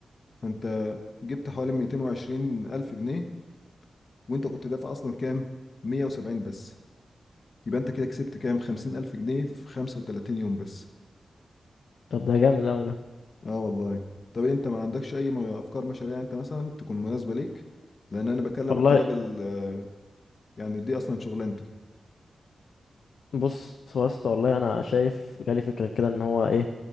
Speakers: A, on the left; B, on the left.
A: فانت جبت حوالي 220 الف جنيه وانت كنت دافع اصلا كام 170 بس يبقى انت كده كسبت كام 50 الف جنيه في 35 يوم بس
B: طب ده جامد اوي ده
A: اه والله طب انت ما عندكش اي م- افكار مشاريع انت مثلا تكون مناسبة ليك لان انا بكلمك
B: والله
A: كراجل آه، يعني دي اصلا شغلانتي
B: بص هو يا اسطى والله انا شايف جالي فكره كده ان هو ايه